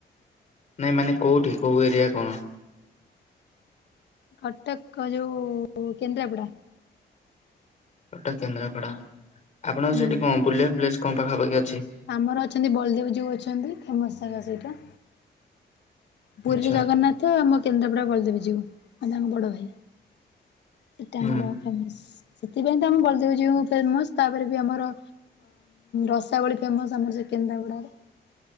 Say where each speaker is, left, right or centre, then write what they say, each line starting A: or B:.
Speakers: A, on the left; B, on the left.
A: ନାଇଁ ମାନେ କୋଉଠି କୋଉ ଏରିଆ କଣ?
B: କଟକ ଯୋଉ କେନ୍ଦ୍ରାପଡା।
A: କଟକ କେନ୍ଦ୍ରାପଡା ଆପଣଙ୍କ
B: ହୁଁ।
A: ସେଠି କଣ ବୁଲିବା ପ୍ଲେସ କଣ ପାଖାପାଖି ଅ
B: ଆମର ଅଛନ୍ତି ବଳଦେବଜୀଉ ଅଛନ୍ତି ଫେମସ ଜାଗା ସେଇଟା। ପୁରୀରେ
A: ଆଚ୍ଛା
B: ଜଗନ୍ନାଥ ଆମ କେନ୍ଦ୍ରାପଡା ବଳଦେବ ଜୀଉ ମାନେ ତାଙ୍କ ବଡ ଭାଇ। ସେଇଟା
A: ହୁଁ
B: ଆମର ଫେମସ ସେଥିପାଇଁ ତ ଆମ ବଲଦବଜୀଉ ଫେମସ ତାପରେ ଆମର ରସାବଳୀ ଫେମସ ଆମର ସେ କେନ୍ଦ୍ରାପଡାର